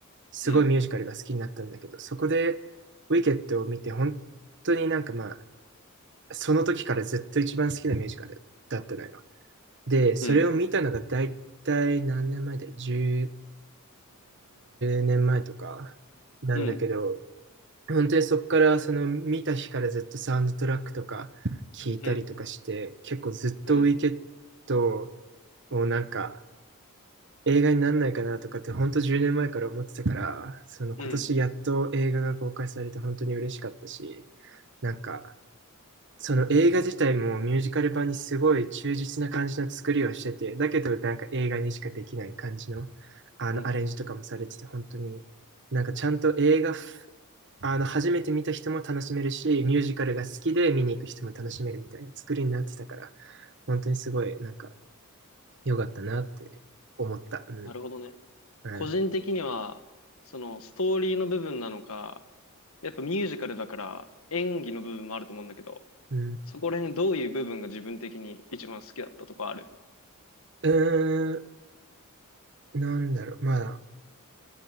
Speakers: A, on the right; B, on the left.
A: すごいミュージカルが好きになったんだけど、
B: うん。
A: そこで、ウィケットを見て、本当になんかまあ、その時からずっと一番好きなミュージカルだったのよ。で、それを見たのが大体何年前だよ。
B: うん。うん。
A: 10、年前とかなんだけど、
B: うん。
A: 本当にそこからその見た日からずっとサウンドトラックとか聞いたりとかして、
B: うん。
A: 結構ずっとウィケット
B: うん。
A: をなんか映画になんないかなとかって本当10年前から思ってたから、その今年やっと映画が公開されて本当に嬉しかったし、
B: うん。
A: なんかその映画自体もミュージカル版にすごい忠実な感じの作りをしてて、だけどなんか映画にしかできない感じの、あのアレンジとかもされてて、
B: うん。
A: 本当になんかちゃんと映画ふ、あの初めて見た人も楽しめるし、ミュージカルが好きで見に行く人も楽しめるみたいな作りになってたから、本当にすごいなんか良かったなって思った。うん。
B: なるほどね。個人的には、
A: うん。
B: そのストーリーの部分なのか、やっぱミュージカルだから演技の部分もあると思うんだけど、
A: う
B: そこら辺どういう部分が自分的に一番好きだったとかある
A: ん。うーん、なんだろう。まあ